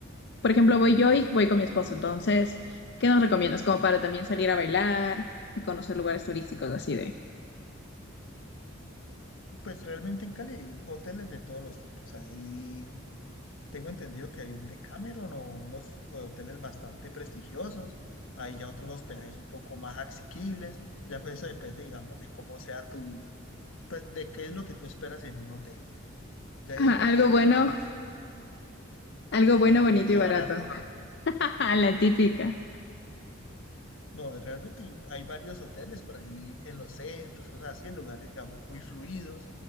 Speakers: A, on the left; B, on the left.
A: por ejemplo, voy yo y voy con mi esposo, entonces, ¿qué nos recomiendas? Como para también salir a bailar y conocer lugares turísticos así de...
B: Pues realmente en Cali hay hoteles de todos los tipos. Ahí tengo entendido que hay un Decameron o unos hoteles bastante prestigiosos. Hay ya otros hospedajes un poco más asequibles. Ya pues eso depende, digamos, de cómo sea tu, pues de qué es lo que tú esperas en un hotel. Ya ahí
A: Ajá,
B: en adelante,
A: algo bueno,
B: digamos,
A: algo
B: Bueno,
A: bueno, bonito
B: bonito
A: y
B: y barato.
A: barato. <laughs> Ah, la típica.
B: No, realmente yo- hay varios hoteles por ahí en los centros, cosas así, en lugares, digamos, muy fluidos.